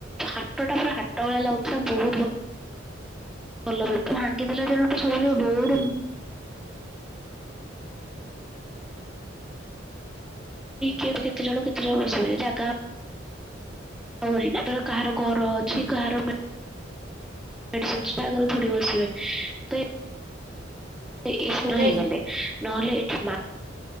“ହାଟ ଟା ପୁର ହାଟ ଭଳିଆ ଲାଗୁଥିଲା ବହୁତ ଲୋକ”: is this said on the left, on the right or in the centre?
Centre